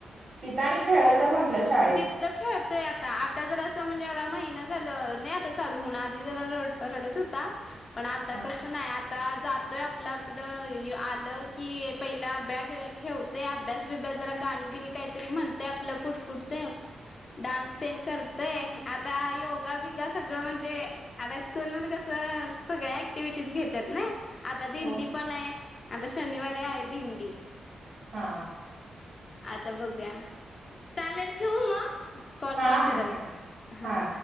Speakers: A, on the right; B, on the left.
A: तिथं आणि खेळल तर म्हटलं शाळ
B: खेळतोय आता आता जर असं म्हणजे आता महिना झालं नाही आता चालूून आधी जरा रडत होता पण आता
A: हा
B: कस नाही आता जातोय आपलं आपलं आलं की पहिला अभ्यास ठेवते अभ्यास बभ्यास जरा गाणी गिणी काही म्हणते आपलं पुुठपुठ ते डान्स ते कर ते आता योगा बिगा सगळं म्हणजे आता स्कूल मध्ये कस सगळ्या ऍक्टिव्हटीज घेतात ना आता दिंडी
A: हो
B: पण आहे आता शनिवारी आहे दिंडी
A: हा
B: आता बघया चालेल ठेवू मग कॉलकट
A: हा हा
B: कराल
A: ठेवा
B: हा
A: ठेवा